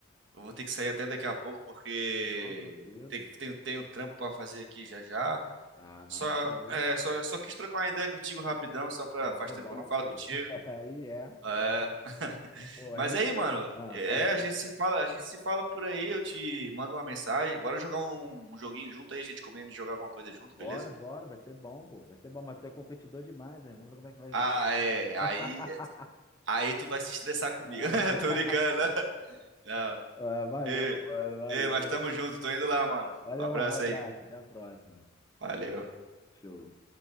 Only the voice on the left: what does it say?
Não, tranquilo.
Ah, não,
valeu.
Pô, mas
foi
bom,
pô.
<laughs> Aí é.
Pô,
a gente.
Ah,
fala aí.
Bora,
bora, vai ser bom, pô. Vai ser bom, mas tu é competidor demais, né? Vamos ver como é que vai.
<laughs>
Ah,
ah, valeu,
mano, valeu.
Valeu,
mano. Abraço,
até a próxima.
Show.